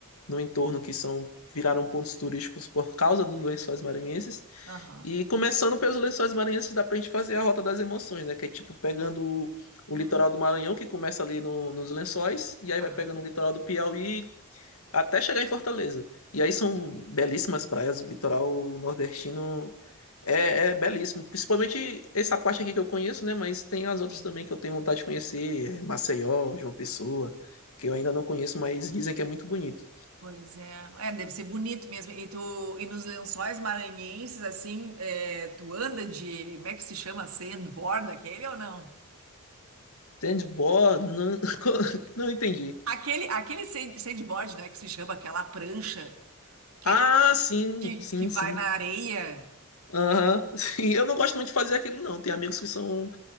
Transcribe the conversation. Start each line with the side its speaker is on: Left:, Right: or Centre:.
Left: no entorno que são viraram pontos turísticos por causa dos Lençóis Maranhenses.
Right: Aham.
Left: E começando pelos Lençóis Maranhenses, dá pra gente fazer a Rota das Emoções, né? Que é tipo pegando o,
Right: Hum,
Left: o litoral do Maranhão, que começa ali no- nos Lençóis, e aí
Right: tá,
Left: vai pegando o litoral do Piauí até chegar em Fortaleza. E aí são belíssimas praias, o litoral nordestino é, é belíssimo. Principalmente essa parte aqui que eu conheço, né? Mas tem as outras
Right: sim.
Left: também que eu tenho vontade de conhecer, é Maceió, João Pessoa, que eu ainda não conheço, mas dizem que é muito bonito.
Right: Pois é. É, deve ser bonito mesmo. E, tu, e nos lençóis maranhenses, assim, é, tu anda de. Como é que se chama? Sandboard, aquele ou não?
Left: Sandboard, não, <laughs> não entendi.
Right: Aquele, aquele sand- sandboard, né? Que se chama aquela prancha que,
Left: Ah,
Right: é, ti-
Left: sim,
Right: que,
Left: sim,
Right: que vai
Left: sim.
Right: na areia.
Left: Aham, <laughs> sim. Eu não gosto muito de fazer aquilo, não. Tem amigos que são